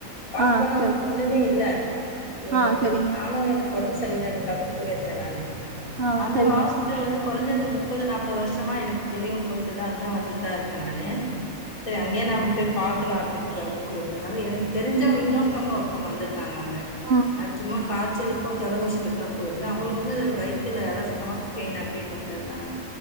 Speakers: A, on the left (about 70°); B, on the right (about 55°).
A: பாக்க
B: ஆ
A: போனா அவங்களுகு
B: சரி.
A: ஒணுமே யில்ல ஏ
B: ஆ சரிங்க.
A: நானு எனுக்கு ஒடம்பு சரியில்லன்றத்துக்காக போயிருந்தே நானு
B: ஆ
A: அந்த
B: சரிங்க.
A: ஹாஸ்பிடல வந்து குறைஞ்சது முப்பது நாப்பது வருஷமா எனக்கு தெரியு போயிட்டு தா இருந்தே வந்துட்டு தா இருந்தே நானு சரி அங்கயே நாம போய் பா <unintelligible> போயிருந்தனால எனக்கு தெரிஞ்சவங்க இன்னொருத்தவங்க ஒருத்தங்க வந்திரு நாதாங்க
B: ம்.
A: அத் சும்மா காய்ச்சலுக் ஜலதோஷத்துக்கு தா போயிருந்தே அவங்களுக்கு வந்து வயத்துல அதாவது ஸ்டமக் பெயின் அப்டின்ட்டு வந்திருந்தாங்க